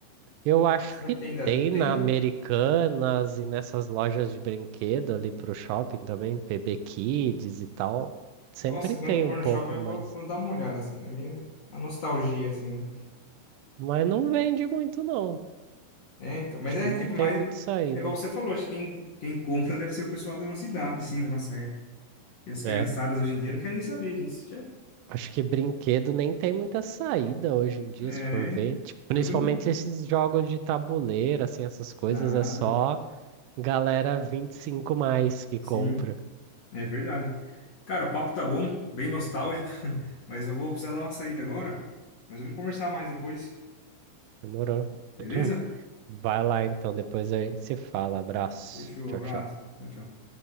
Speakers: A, on the right (about 85°); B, on the left (about 50°).
A: Eu acho
B: Será
A: que
B: que ainda
A: tem
B: tem?
A: na Americanas e nessas lojas de brinquedo ali pro shopping também, PB Kids e tal. Sempre
B: Nossa, quando
A: tem
B: eu for
A: um pouco,
B: no shopping eu
A: mas,
B: vou, vou dar uma olhada, assim. É meio uma nostalgia, assim, né?
A: mas não vende muito não.
B: É, então. Mas
A: Acho
B: é
A: que não
B: tipo,
A: tem
B: mais.
A: muita saída.
B: É igual você falou, acho que quem, quem compra deve ser o pessoal da nossa idade, sim, da nossa época. E as criançadas
A: É.
B: hoje em dia não querem saber disso, já.
A: Acho que brinquedo nem tem muita saída hoje em dia,
B: É,
A: se for ver. Tipo, principalmente
B: tudo no.
A: esses jogos de tabuleiro, assim, essas coisas,
B: Nada.
A: é só galera 25 mais que
B: Sim,
A: compra.
B: é verdade. Cara, o papo tá bom, bem nostálgico, <laughs> mas eu vou precisar dar uma saída agora. Mas vamos conversar mais depois,
A: Demorou.
B: beleza?
A: <clears throat> Vai lá então, depois a gente se fala. Abraço.
B: Fechou,
A: Tchau,
B: abraço.
A: tchau.
B: Tchau, tchau.